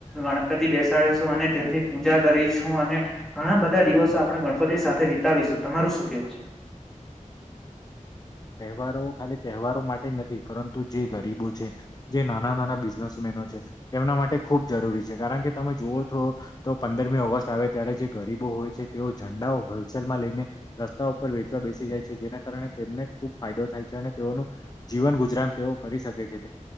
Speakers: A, in the centre; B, on the left.
A: ગણપતિ બેસાડીશું અને તેમની પૂજા કરીશું અને ઘણા બધા દિવસો આપણે ગણપતિ સાથે વિતાવીશું તમારું શું કેવું છે
B: તવારો ખાલી તહેવારો માટે જ નથી પરંતુ જે ગરીબો છે જે નાના નાના બિઝનેસમેનો છે તેમના માટે ખુબ જરૂરી છે કારણ કે તમે જુઓ છો તો પંદરમી ઓગસ્ટ આવે ત્યારે જે ગરીબો હોય છે તેઓ ઝંડાઓ હોલસેલમાં લઈને, રસ્તાઓ ઉપ વેચ બેસી જાય છે જેના કારણે તેમને ખુબ ફાયદો થાય છે અને તેઓનું, જીવન ગુજરાન તેઓ કરી શકે છે.